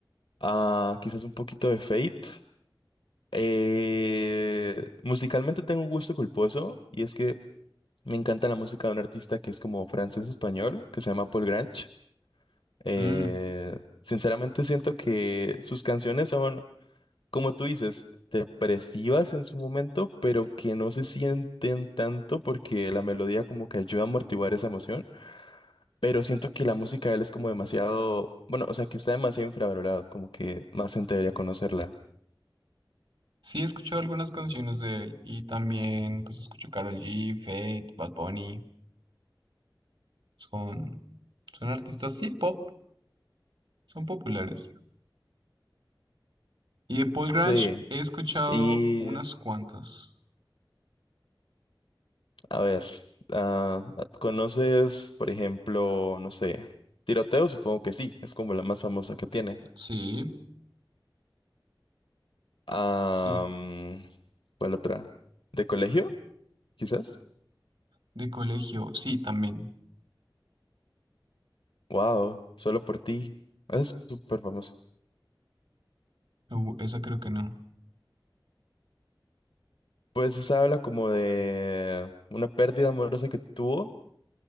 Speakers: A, on the left (about 85°); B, on the right (about 75°).
A: a quizás un poquito de Fate. Eh, musicalmente tengo un gusto culposo y es que me encanta la música de un artista que es como francés-español, que se llama Paul Grange. Eh,
B: Mm,
A: sinceramente siento que sus canciones son, como tú dices, depresivas en su momento, pero que no se sienten tanto porque la melodía como que ayuda a amortiguar esa emoción. Pero siento que la música de él es como demasiado, bueno, o sea, que está demasiado infravalorado, como que más gente debería conocerla.
B: Sí, he escuchado algunas canciones de él y también pues escucho Karol G, Fate, Bad Bunny. Son, son artistas, sí, pop, son populares. Y de Paul Grange
A: Sí.
B: he escuchado
A: Y,
B: unas cuantas.
A: a ver, ah, ¿conoces, por ejemplo, no sé, tiroteo? Supongo que sí, es como la más famosa que tiene.
B: Sí,
A: Ah,
B: sí,
A: mm, ¿cuál otra? ¿De colegio? Quizás.
B: de colegio, sí, también.
A: Wow, solo por ti. Es súper famoso.
B: Uh, esa creo que no.
A: Pues esa habla como de una pérdida amorosa que tuvo